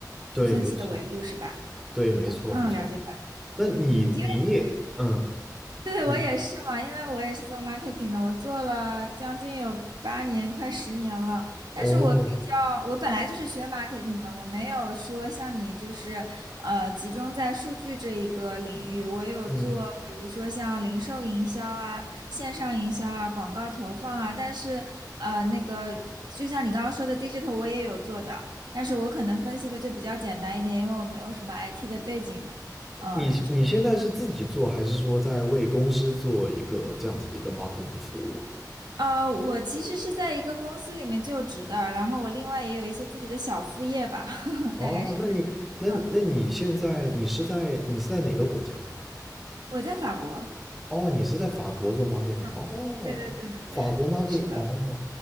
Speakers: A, in the centre; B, on the right.
A: 对，
B: 分析的维度是吧？
A: 没错，对，没错，
B: 嗯，
A: 没错。
B: 了解了。
A: 那你你也嗯，
B: 嗯，因为对，我也是嘛，
A: 嗯
B: 因为我也是做 marketing 的，我做了将近有八年，快十年了。
A: 哦，
B: 但是我比较，我本来就是学 marketing 的，我没有说像你就是呃集中在数据这一个领域。我有做，
A: 嗯，
B: 比如说像零售营销啊、线上营销啊、广告投放啊，但是呃那个就像你刚刚说的 digital，我也有做的，但是我可能分析的就比较简单一点，因为我没有什么 IT 的背景嘛。嗯，
A: 你你现在是自己做，还是说在为公司做一个这样子的一个 marketing 的服务啊
B: 呃，我其实是在一个公司里面就职的，然后我另外也有一些自己的小副业吧，<laughs>
A: 哦，
B: 大概是，
A: 那你那那你现在你是在你是在哪个国家？
B: 嗯，我在法国，
A: 哦，你是在法国做 marketing
B: 嗯，
A: 的哦，
B: 对对对对对，
A: 法国 marketing
B: 是的，
A: 哦，